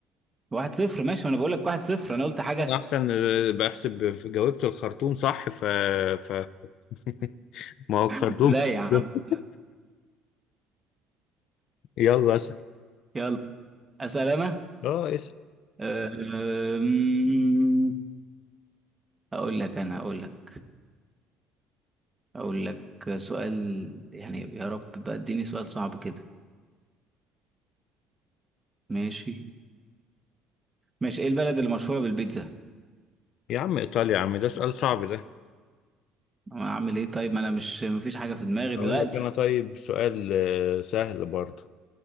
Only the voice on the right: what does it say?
واحد صفر ماشي ما انا بقول لك واحد صفر انا قلت حاجه
<laughs>
لا
يا عم لا.
يلا اسال انا
أه أم، اقول لك انا اقول لك اقول لك سؤال يعني يا رب بقى اديني سؤال صعب كده ماشي ماشي ايه البلد اللي مشهوره بالبيتزا
اعمل ايه طيب ما انا مش مفيش حاجه في دماغي
دلوقتي